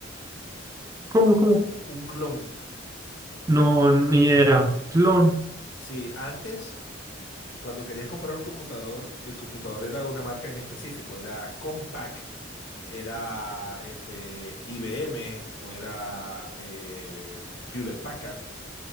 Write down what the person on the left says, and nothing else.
Un clon.
Sí, antes cuando querías comprar un computador, el computador era de una marca en específico, era Compaq, era este, IBM o era eh, Hewlett Packard.